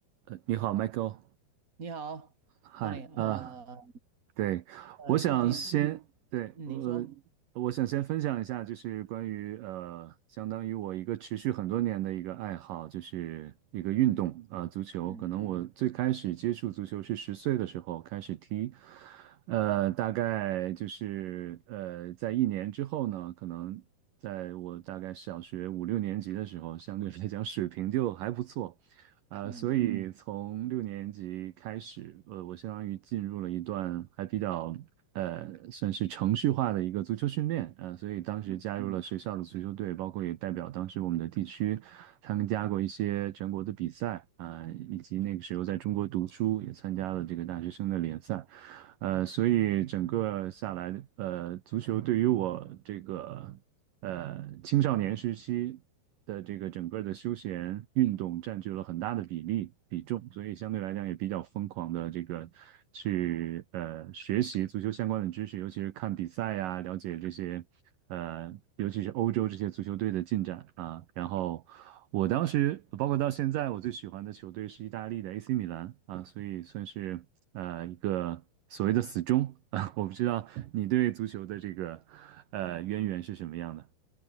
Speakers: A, on the right (about 70°); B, on the right (about 20°).
A: 呃，你好，Michael，
B: 你好，Tony，
A: 嗨，
B: 嗯呃，
A: 啊，对，
B: 呃，
A: 我想先，
B: 最近，
A: 对，
B: 嗯，
A: 呃，
B: 您说，
A: 我想先分享一下，就是关于呃，相当于我一个持续很多年的一个爱好，就是一个运动，
B: 嗯
A: 啊，足球。
B: 嗯
A: 可能我最开始接触足球是十岁的时候开始踢，呃，
B: 嗯
A: 大概就是呃，在一年之后呢，可能在我大概小学五六年级的时候，相对来讲水平就还不错。啊，
B: 嗯
A: 所以从六年级开始，呃，我相当于进入了一段还比较呃，算是程序化的一个足球训练，呃，所以当时加入了嗯学校的足球队，
B: 嗯，
A: 包括也代表当时我们的地区参加过一些全国的比赛，啊、以及那个时候在中国读书，也参加了这个大学生的联赛。呃，所以整个下来，呃，足球对于我这个呃青少年时期的这个整个的休闲运动占据了很大的比例比重，所以相对来讲也比较疯狂的这个去呃学习足球相关的知识，尤其是看比赛呀，了解这些呃，尤其是欧洲这些足球队的进展啊。然后我当时包括到现在，我最喜欢的球队是意大利的 AC 米兰啊，所以算是呃一个。所谓的死忠啊，<laughs> 我不知道你对足球的这个呃渊源是什么样的。